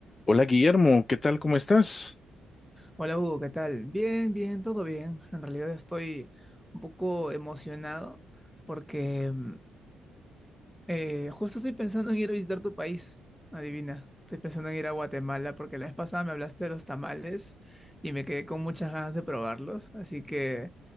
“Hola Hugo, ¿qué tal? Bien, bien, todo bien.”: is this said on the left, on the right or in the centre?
Centre